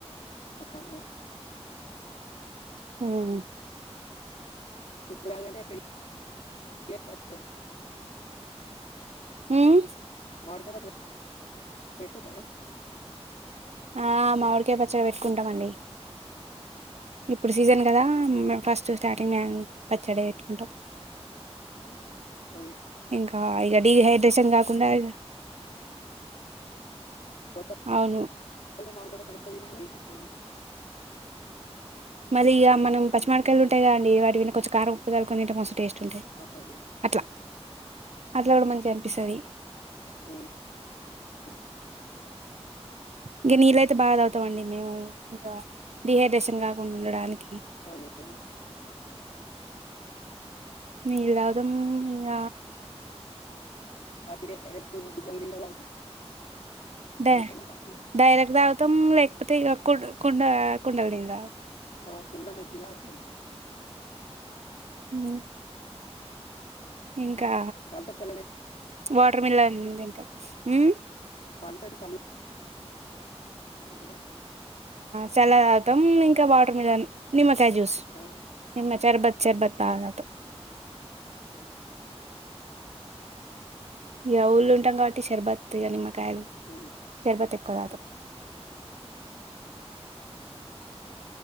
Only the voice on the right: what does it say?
ఉమ్
మ్మ్
ఆ మామిడికాయ పచ్చడి పెట్టుకుంటామండి ఇప్పుడు సీజన్ కదా ము ఫస్ట్ స్టార్టింగ్ మేము పచ్చడి పెట్టుకుంటాం
ఇంకా ఇకా డిహైడ్రేషన్ కాకుండా ఇ
అవును
మరి ఇక మన పచ్చమడికాయలు ఉంటాయిదండి వాటి మీద కొంచం కారం ఉప్పు జల్లుకుని తింటే మస్తు టేస్ట్ టాయి
అట్లా అట్లా కూడా మంచిగా అనిపిస్తుంది
ఇంక నీళ్ళ అయితే బాగా త అవుతాం అండి మేము ఇంకా డిహైడ్రేషన్ కాకుండా ఉండడానికి
నీళ్లు తాగుతాం ఇగ
డే
డైరెక్ట్ తాగుతాం లేకపోతే ఇక కూ కుండ కుండా నీళ్లు తాగుతాం
ఉమ్ మ్ ఇంకా
వాటర్మీలోన్ తింటం మ్
సలాద్ అవుతాం ఇంకా వాటర్ మిలన్ నిమ్మకాయ జ్యూస్
నిమ్మకా షర్బత్ షర్బత్ తగ్గట్టు
ఇక ఊళ్ళు ఉంటాం కాబట్టి షర్బత్ ఇ నిమ్మకాయలు
ర్బత్ ఎక్కువ తాగుతాం